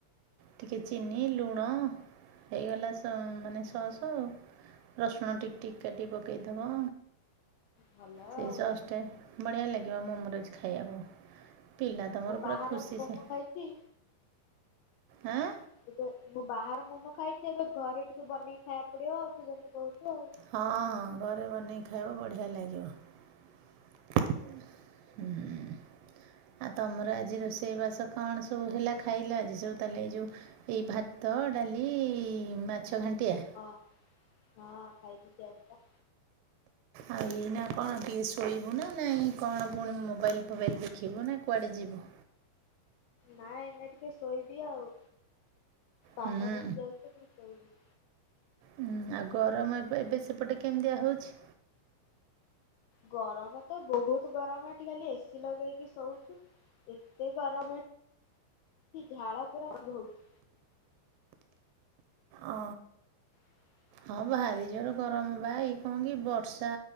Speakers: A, on the right; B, on the left.
A: ଟିକେ ଚିନି ଲୁଣ ହେଇଗଲା ମାନେ ସସ୍ ଆଉ। ରସୁଣ ଟିକ ଟିକ କାଟିିକି ପକେଇଦବ।
B: ଭଲ
A: ସେଇ
B: ଆଉ
A: ସସ୍ ଟେ ବଢିଆ ଲାଗିବ ମୋମରୋଜ ଖାଇବାକୁ। ପିଲା ତ
B: ମୁଁ
A: ମୋର
B: ବାହାର
A: ପୁରା ଖୁସି
B: ମୋମୋ
A: ସେ
B: ଖାଇଛି।
A: ହାଁ।
B: ଟିକେ ମୁଁ ବାହାରେ ମମ ଖାଇଛି ଏବେ ଘରେ ଟିକେ ବନେଇକି ଖାଇବାକୁ ପଡିବ ଆଉ ତୁ ଯେମିତି କହୁଛୁ ଆଉ।
A: ହଁ ଘରେ ବନେଇକି ଖାଇବ ବଢ଼ିଆ ଲାଗିବ। ହୁଁ। <unintelligible> ଆଉ ତମର ଆଜି ରୋଷେଇବାସ କଣ ସବୁ ହେଲା ଖାଇଲା ଆଜି ସବୁ ତାହେଲେ ଏଇ ଯୋଉ। ଏଇ ଭାତ ଡାଲି ମାଛ ଘାଣ୍ଟିଆ
B: ହଁ ହଁ ଖାଇଛିି ସେଇଆ ପରା।
A: ଆଉ ଏଇ ନା କଣ ଟିକେ ଶୋଇବୁ ନା ନାଇଁ କଣ ପୁଣି ମୋବାଇଲ ଫୋବାଇଲ ଦେଖିବୁ ନା କୁଆଡେ ଯିବୁ।
B: ନାଇଁ ଏଇନା ଟିକେ ଶୋଇବି ଆଉ ବାଧା
A: ହୁଁ
B: ପଶିଯାଉଛି ଟିକେ ଶୋଇବି।
A: ଉୁଁ ଆଉ ଗରମ ଏବେ ଏବେ ସେପଟେ କେମିତିଆ ହଉଛି।
B: ଗରମ ତ ବହୁତ ଗରମ ଏଠି ଖାଲି ଏସିି ଲଗେଇକି ଶଉଛୁ। ଏତେ ଗରମ ଝାଳ ପୁରା ବହୁତ ହଉଛି।
A: ଓ
B: <inaudible>
A: ହଁ ଭାରି ଜୋର ଗରମ ବା ଇଏ କଣ କି ବର୍ଷା